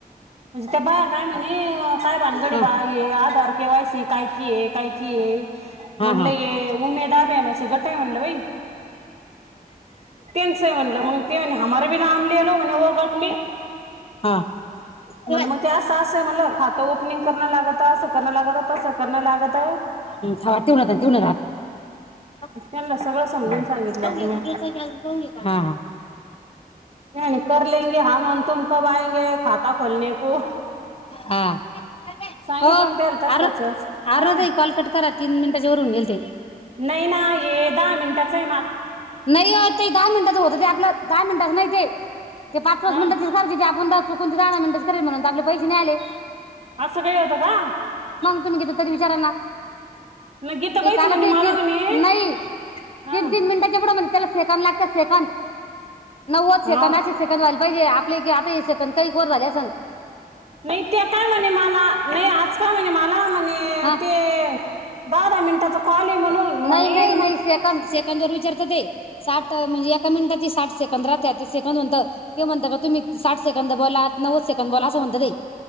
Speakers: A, on the right; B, on the left.
A: म्हनजे त्या बाय काय म्हणे. काय भानगड
B: हा
A: ये बा आधार. केवायसी काय कि आहे काय की ये
B: हा
A: म्हणलं
B: हा <inaudible>
A: उमेद अभियानाचे गट आहे म्हणलं बाई त्यांचं आहे म्हणलं मग ते म्हणे हमारे भी नाम ले लो म्हणे वो गट
B: हा हा
A: मनलं म ते असं असंय मनल खातं ओपनिंग करण लागत असं करण लागत तसं करणं लागत
B: <unintelligible> <inaudible> हा
A: त्यांना सगळं समजून
B: <unintelligible>
A: सांगितलं मग मी
B: हा हा
A: नाही म्हणे करले गे आम तुम कब आयंगे खाता खोलने को
B: हा
A: सांगितलं
B: हो
A: मग त्याल तसतचच
B: अर अरे
A: हा
B: ताई कॉल कट करा तीन मिनिटाच्या वरून गेल ते
A: नई ना हे दहा मिनटाच ये
B: नइ व ते दहा मिनिटाच होत ते आपलं दहा मिनटच नई ते ते पाच पाच
A: हा
B: मिनटाचीच करायची ते आपुन <unintelligible> चुकून ते दहा दा मिनट करेल मनून तर आपले पैसे नई आले
A: असं काही होतं का
B: तुमि घेतलं तरी विचारांना
A: मग गीताबाईच
B: ते काल
A: म्हणे
B: ते
A: मला
B: नाही
A: म्हणे
B: नई
A: हा
B: तीन तीन मिनिटा पुढं म्हणजे त्याला सेकंद लागत्या सेकंद नव्वद
A: हा
B: सेकंद आशे सेकंद व्हायला पाहिजे आपले एक हे सेकंद कैक वर झालं आसन
A: नाही त्या काय म्हणे मला नाही आज काय म्हणे मला म्हणे
B: हा
A: ते दहा दा मिनटाचां कॉल आहे म्हणून म्हणे
B: नाही नाही नाही
A: मग
B: सेकंद सेकंद वर विचारत ते साठ म्हणजे एका मिनिटाची साठ सकंदरा तेतीस त म्हण ते म्हणत का तुम्ही साठ सेकंद बोला नव्वद सेकंद बोला असं म्हणत ते-